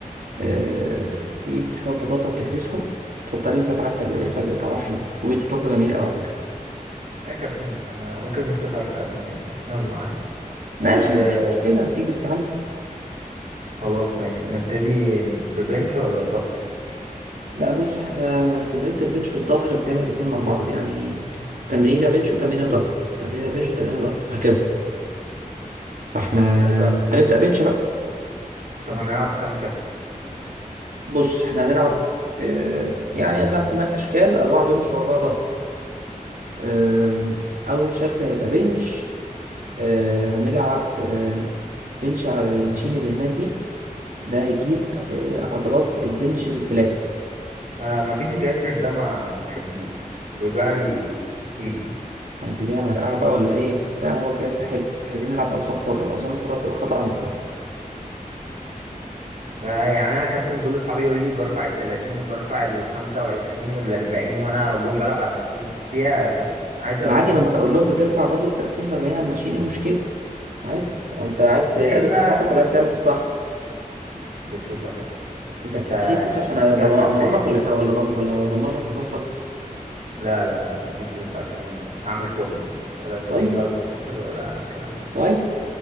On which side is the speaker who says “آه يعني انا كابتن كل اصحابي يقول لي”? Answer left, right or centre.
Right